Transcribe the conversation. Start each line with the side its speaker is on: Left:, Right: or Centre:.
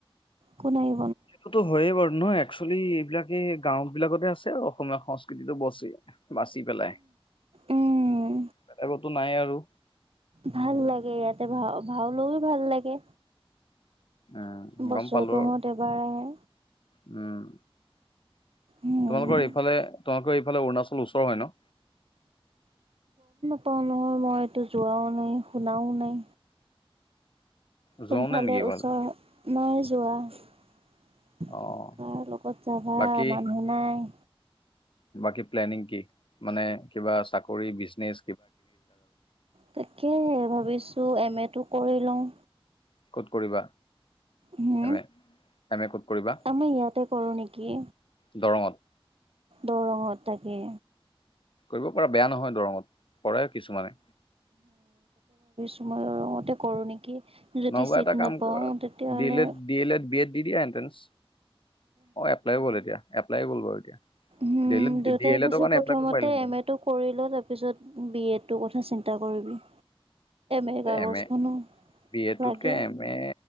Right: কোন আহি
Left: সেইটোতো হয়য়ে বাৰু ন। একচলি এইবিলাকে এই গাঁও বিলাকতে আছে আৰু অসমীয়া সংস্কৃতিটো বছি। বাচি পেলাই,
Right: উম
Left: বেলেগতটো নাই আৰু।
Right: ভাল লাগে ইয়াতে। ভা ভাওলৈ ভাল লাগে।
Left: উম,
Right: বছৰেকৰ
Left: গম পালো আৰু
Right: মূৰত এবাৰ আহে।
Left: উম।
Right: উম।
Left: তোমালোকৰ এইফালে, তোমালোকৰ এইফালে অৰুণাচল ওচৰ হয় ন?
Right: <unintelligible> নহয় মই এইটো যোৱাও নাই, শুনাও নাই।
Left: যোৱাও
Right: কোন ফালে
Left: নাই নেকি এইফালে?
Right: ওচৰ হয়, নাই যোৱা।
Left: অ',
Right: কাৰ লগত যাবা?
Left: বাকী
Right: মানুহ নাই।
Left: বাকী প্লেনিং কি? মানে কিবা চাকৰি, বিচনেজ!
Right: তাকেহে, ভাবিছো এম এটো কৰি লওঁ।
Left: ক'ত কৰিবা?
Right: হু?
Left: এম এ, এম এ ক'ত কৰিবা?
Right: আমি ইয়াতে কৰো নেকি,
Left: দৰঙত
Right: দৰঙত। তাকে।
Left: কৰিব পাৰা, বেয়া নহয় দৰঙত। কৰে কিছুমানে।
Right: ৰ দৰঙতে কৰোঁ নেকি? যদি
Left: নহবা
Right: চিট
Left: এটা কাম
Right: নাপাওঁ
Left: কৰা।
Right: তেতিয়াহ'লে
Left: ডি এল Ed, D L Ed, B Ed দি দিয়া এণ্ট্ৰেন্স। অ, এপ্লাই গ'ল এতিয়া। এপ্লাইয়ো গ'ল বাৰু এতিয়া।
Right: হুম,
Left: ডি এল এড
Right: দেউতাই
Left: ডি এল
Right: কৈছে
Left: এডৰ কাৰণে
Right: প্ৰথমতে
Left: এপ্লাই কৰিব পাৰিলেহেঁতেন
Right: এম এ টো কৰি ল, তাৰ পিছত বি এডটোৰ কথা চিন তই কৰিবি। এৰ কাগজখনো
Left: এম এ, বি এডটোতকে
Right: লাগে
Left: এম এ